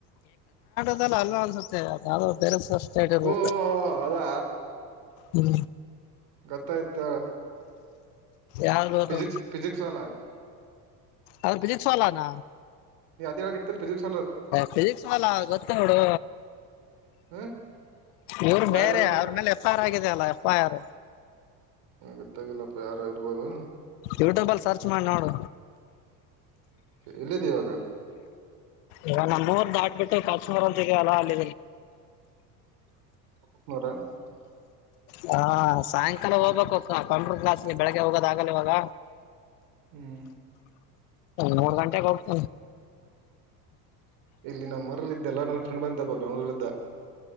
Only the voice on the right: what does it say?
ಓ ಅದಾ
ಗೊತ್ತಾಯ್ತ
ಫಜಿಸ್ ಫಜಕ್ಸ್ ವಾ ಹ
ಅೇಳಗದಲ್ಲಿಫಿಸ್
ಹ್ಮ್
ಯಾರ
ಹೇಳ
ಗೊತ್ತಾಗಿಲ್ಲಪ್ಪ ಯಾರ ಇರ್ಬೋದು
ಎಲ್ಲಿದೆ ಇವಾಗ
ಪ್ಪತ್ತಮೂರು
ಹ್ಮ್
ಇಲ್ಲಿ ನಮ್ಮ್ ಊರಲ್ಲ ಇದೆಲ್ಲ ನನ್ ಫ್ರೆಂಡ್ ಬಂದಬ ಬೆಂಗ್ಳೂರ್್ದ